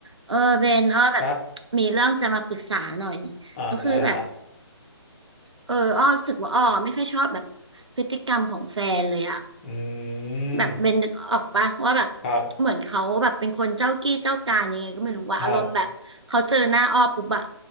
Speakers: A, on the right; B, on the left.
A: เออเบนอ้อแบบ
B: ครับ
A: มีเรื่องจะมาปรึกษาหน่อย
B: อ่าได้เลยครับ
A: ก็คือแบบเอออ้อรู้สึกว่าอ้อไม่ค่อยชอบแบบพฤติกรรมของแฟนเลยอะ
B: อื
A: แบบเบนนึกออกปะว่าแบบ
B: มครับ
A: เหมือนเขาแบบเป็นคนเจ้ากี้เจ้าการยังไงก็ไม่รู้ว่าอารมณ์แบบเขาเจอหน้าอ้อปุ๊บอะ
B: ครับ